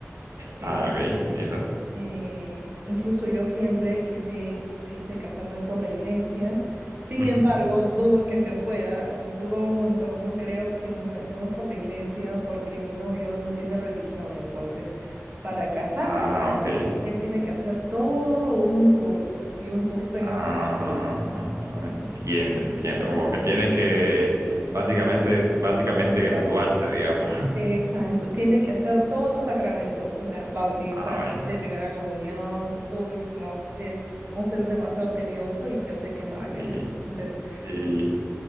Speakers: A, on the right; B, on the right.
A: <laughs>
B: Ah, ok, entiendo.
A: Eh, incluso yo siempre quise, quise casarme por la iglesia. Sin
B: Ujú.
A: embargo, dudo que se pueda, dudo un montón. No creo que nos casemos por la iglesia porque mi novio no tiene religión. Entonces, para casarnos
B: Ah,
A: por la iglesia,
B: ok.
A: él tiene que hacer todo un curso y un curso en
B: Ah,
A: español.
B: entiendo, entiendo. Como que tiene que básicamente, básicamente graduarse, digamos. <laughs>
A: Exacto, tiene que hacer todos los sacramentos, o sea, bautizarse,
B: Ah, vaya.
A: primera comunión, uy, no, es va a ser demasiado tedioso y yo sé que no va a
B: Sí,
A: querer. Entonces,
B: sí,